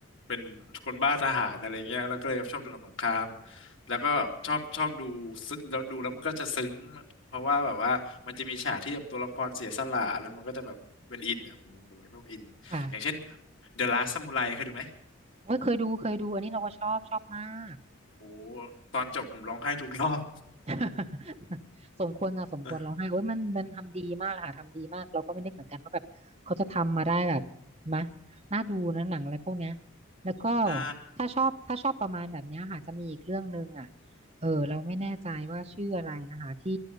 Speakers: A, on the left; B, on the right.
A: เป็นคนบ้าทหารอะไรเงี้ยแล้วก็เลยชอบดูหนังสงครามแล้วก็แบบชอบชอบดูซึ้งแล้วดูแล้วมันก็จะซึ้งเพราะว่าแบบว่ามันจะมีฉากที่แบบตัวละครเสียสละแล้วมันก็จะแบบเป็นอินเนี่ยผมผมเป็นพวกอินอย่างเช่น
B: ค่ะ
A: The Last Samurai เคยดูไหม
B: โอ้ยเคยดูเคยดูอันนี้เราก็ชอบชอบมาก
A: โอ้ตอนจบผมร้องไห้ทุกรอบ
B: <laughs> สมควรค่ะสมควรร้องไห้โอ้ยมันมันทำดีมากเลยค่ะทำดีมากเราก็ไม่นึกเหมือนกันว่าแบบเขาจะทำมาได้แบบ
A: เออ
B: มะน่าดูนะหนังอะไรพวกเนี้ยแล้วก็
A: ใช่
B: ถ้าชอบถ้าชอบประมาณแบบเนี้ยค่ะจะมีอีกเรื่องหนึ่งอ่ะเออเราไม่แน่ใจว่าชื่ออะไรนะคะที่